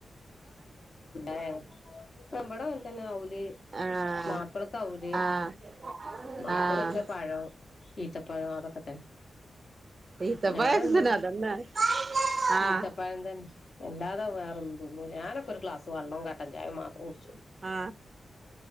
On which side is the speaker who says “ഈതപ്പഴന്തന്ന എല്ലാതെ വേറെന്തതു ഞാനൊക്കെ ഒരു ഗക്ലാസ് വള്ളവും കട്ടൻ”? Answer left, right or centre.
Left